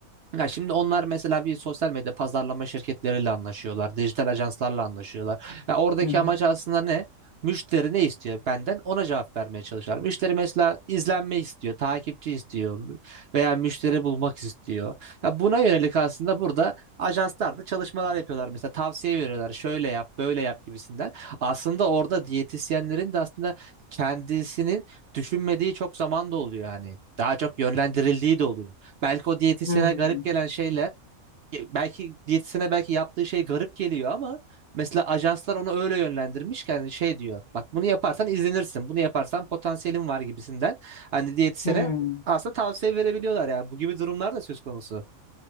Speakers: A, on the right; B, on the left.
A: Ya şimdi onlar mesela bir sosyal medya pazarlama şirketleriyle anlaşıyorlar, dijital ajanslarla anlaşıyorlar. Ya oradaki
B: Hı hı.
A: amaç aslında ne? Müşteri ne istiyor benden? Ona cevap vermeye çalışıyorlar. Müşteri mesela izlenme istiyor, takipçi istiyor veya müşteri bulmak istiyor. Ya buna yönelik aslında burada ajanslar da çalışmalar yapıyorlar. Mesela tavsiye veriyorlar. Şöyle yap, böyle yap gibisinden. Aslında orada diyetisyenlerin de aslında kendisinin düşünmediği çok zaman da oluyor hani. Daha çok yönlendirildiği de oluyor. Belki o diyetisyene
B: Hmm.
A: garip gelen şeyler, e, belki diyetisyene belki yaptığı şey garip geliyor ama mesela ajanslar onu öyle yönlendirmiş ki hani şey diyor. Bak bunu yaparsan izlenirsin. Bunu yaparsan potansiyelin var gibisinden. Hani diyetisyene
B: Hmm.
A: aslında tavsiye verebiliyorlar yani. Bu gibi durumlar da söz konusu.